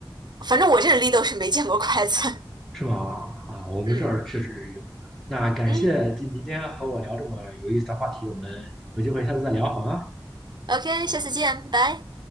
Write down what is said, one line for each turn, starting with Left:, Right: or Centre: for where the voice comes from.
Right: 反正我这 Lidl 是没见过筷子。<laughs>
Centre: 是吗？啊，我们这儿确实有。
Right: 嗯
Centre: 那感谢今今天和我聊这么有意思的话题，
Right: 嗯
Centre: 我们有机会下次再聊，好吗？
Right: ，OK，下次见，拜。